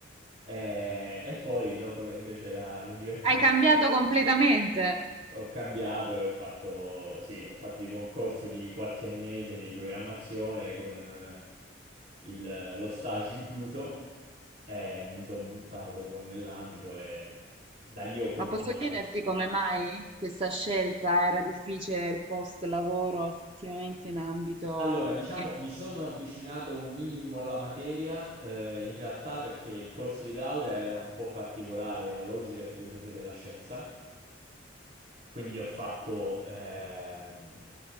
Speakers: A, on the right (about 50°); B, on the right (about 30°).
A: E, e poi dopo invece la- l'università
B: Hai cambiato completamente.
A: ho cambiato e ho fatto, sì, ho fatto tipo un corso di qualche mese di programmazione con eh, il- lo stage incluso e mi sono buttato poi nell'ambito e da lì ho continuato,
B: Ma posso chiederti
A: diciamo.
B: come mai questa scelta era difficile il post lavoro effettivamente in ambito
A: Allora, diciamo,
B: eh,
A: mi sono avvicinato un minimo alla materia, eh, in realtà perché il corso di laurea era un po' particolare, era logica e filosofia della scienza. Quindi ho fatto, ehm,